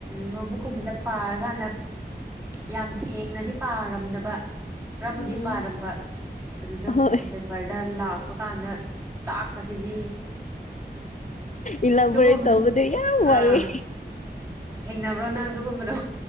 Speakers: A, on the right; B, on the left.
A: ꯅꯣꯠꯕꯨꯛꯀꯨꯝꯕꯗ ꯄꯥ ꯇꯔꯀꯥꯟꯗ ꯌꯥꯝ ꯁꯦꯡꯅꯗꯤ ꯄꯥꯔꯝꯗꯕ ꯈꯔꯕꯨꯗꯤ
B: ꯎꯝ
A: ꯄꯥꯔꯝꯕ ꯑꯗꯨꯗ
B: ꯍꯣꯏ
A: ꯀꯣꯏꯁꯟ ꯄꯦꯄꯔꯗ ꯂꯥꯛ ꯄ ꯀꯥꯟꯗ ꯆꯥꯛꯄꯁꯤꯗꯤ
B: ꯏꯂꯕꯣꯔꯦ
A: ꯑꯗꯨꯒꯨꯝꯕꯗꯣ
B: ꯇꯧꯕꯗꯣ ꯌꯥꯝ ꯋꯥꯏꯑꯦ
A: ꯑꯥ ꯊꯦꯡꯅꯕ꯭ꯔꯣ ꯅꯪ ꯑꯗꯨꯒꯨꯝꯕꯗꯣ